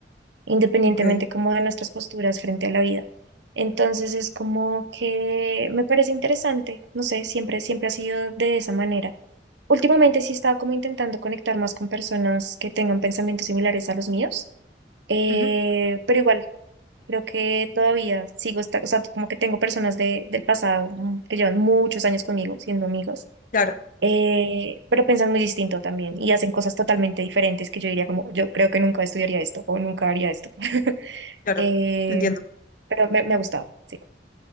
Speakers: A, on the right; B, on the left.
A: independientemente
B: ok,
A: como de nuestras posturas frente a la vida. Entonces es como que me parece interesante, no sé, siempre, siempre ha sido de esa manera. Últimamente sí he estado como intentando conectar más con personas que tengan pensamientos similares a los míos, eh,
B: ujú,
A: pero igual creo que todavía sigo, esta- o sea, como que tengo personas de, del pasado mm, que llevan muchos años conmigo siendo amigos,
B: claro,
A: eh, pero piensan muy distinto también y hacen cosas totalmente diferentes que yo diría como, yo creo que nunca estudiaría esto o nunca haría esto. <laughs>
B: claro.
A: Eh,
B: Entiendo.
A: pero me, me ha gustado, sí.